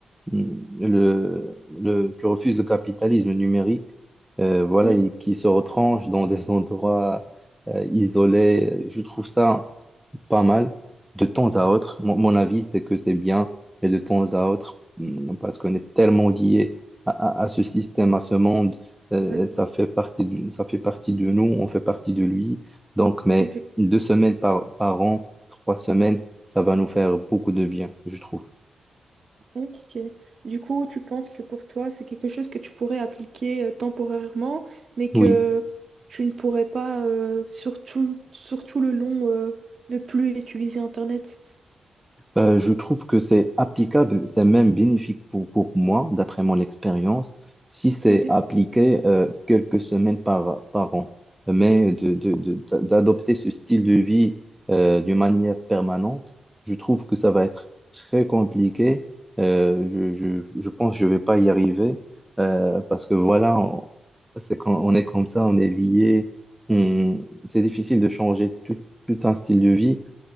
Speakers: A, in the centre; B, on the right (about 55°).
A: mm, le, le, qui refusent le capitalisme numérique. Euh, voilà,
B: Oui,
A: et qui se retranchent dans des <laughs> endroits euh, isolés. Je trouve ça pas mal. De temps à autre, mon, mon avis, c'est que c'est bien, mais de temps à autre, hmm, parce qu'on est tellement lié à, à- à ce système, à ce monde, euh,
B: ouais,
A: ça fait partie de, ça fait partie de nous, on fait partie de lui. Donc, mais
B: effectivement.
A: deux semaines par, par an, trois semaines, ça va nous faire beaucoup de bien, je trouve.
B: Ok. Du coup, tu penses que pour toi, c'est quelque chose que tu pourrais appliquer euh, temporairement, mais que
A: Oui.
B: tu ne pourrais pas, euh, surtout, surtout le long, euh, ne plus utiliser Internet.
A: Euh, je trouve que c'est applicable, c'est même bénéfique pour, pour moi, d'après mon expérience, si c'est
B: Ok.
A: appliqué euh, quelques semaines par, par an. Mais de, de- de- d'adopter ce style de vie euh, d'une manière permanente, je trouve que ça va être très compliqué. Euh, je, je, je pense que je vais pas y arriver euh, parce que voilà, on, c'est quand on est comme ça, on est lié. Hum, c'est difficile de changer tout, tout un style de vie